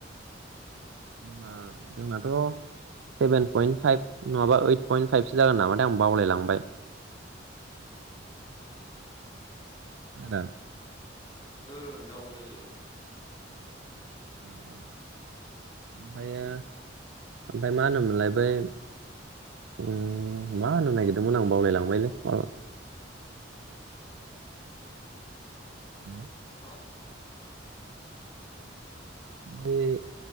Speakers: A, on the right; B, on the left.
A: जोंना जोंनाथ' सेभेन पयन्ट फाइब नङाबा ओइद पइन्ट फाइबसो जागोन नामाथाय आं बावलायलांबाय। <inaudible> ओ आदा,
B: ओं, डाबल जायो।
A: ओ ओ। ओमफ्रायो ओमफ्राय मा होनोमोनलाय बै ओ, मा होनो नागिरदोंमोन आं बावलायलांबायलै मा हेल',
B: अ
A: ओमफ्राय